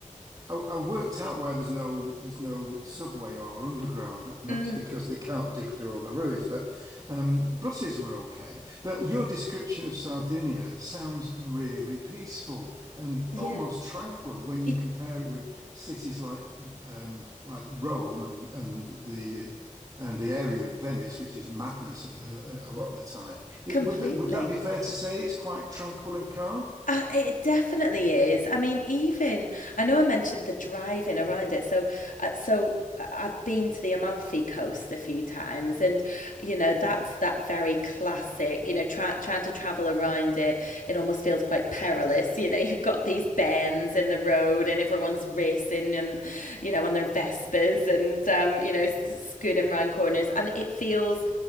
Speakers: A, on the right; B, on the left.
A: I, I worked out why there's no there's no subway or underground, and
B: mm,
A: that's because they can't dig through all the ruins. But um, buses were okay. But your description of Sardinia sounds really peaceful and
B: yeah
A: almost tranquil when you
B: e-
A: compare it with cities like um, like Rome and and the and the area of Venice, which is madness uh, a, a lot of the time. It,
B: completely
A: would that, would that be fair to say? It's quite tranquil and calm.
B: Uh, it definitely is. I mean, even I know I mentioned the driving around it. So, uh, so uh, I've been to the Amalfi Coast a few times, and you know that's that very classic. You know, try, trying to travel around it, it almost feels quite perilous. You know, you've got these bends in the road, and everyone's racing and you know, on their Vespers and, um, you know, scooting round corners. And it feels,